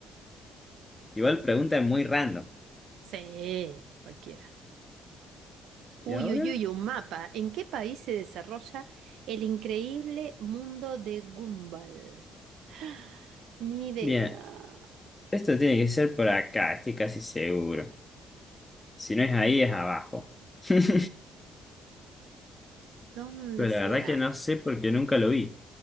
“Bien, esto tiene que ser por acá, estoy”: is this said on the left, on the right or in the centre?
Left